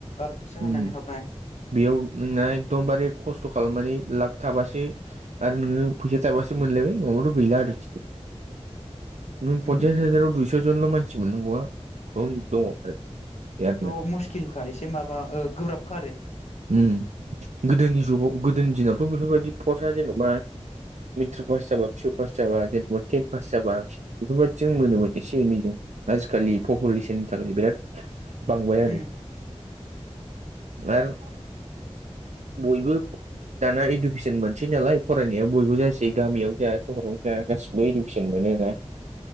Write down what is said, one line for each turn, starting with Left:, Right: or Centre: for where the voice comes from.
Left: आरो फैसा होनानै
Right: उम
Left: हाबनाय
Right: बेयाव नोंना एकदमबारे खस्थ' खालामनानै लाखथाबासो आरो नोङो फैसा थाबासो मोनलायबाय नङाब्लाथ गैला आरो नों पन्सास
Left: उम
Right: हाजाराव दुइस' जनल' मानसि मोननांगौआ खम दङ आरो बिरादनो
Left: थ' मुस्किलखा एसे माबा गोब्राबखा आरो
Right: उम गोदोनि जुगाव गोदोनि दिनावथ' बेफोरबायदि पसआ जेन'बा मेट्रिक पास जाबा पिऊ पास जाबा जेनबा तेन पास जाबा बेफोरबायदिजों मोनोमोन एसे एनै जों आजिखालि पपुलेसननि थाखाय बिराद बांबाय
Left: उम
Right: आरो आर बयबो दाना इडुकेसनमोन थि नालाय फरायनाया बयबो जासै गामियाव जा सहरावनो जा गासिबो इडुकेसन मोनोना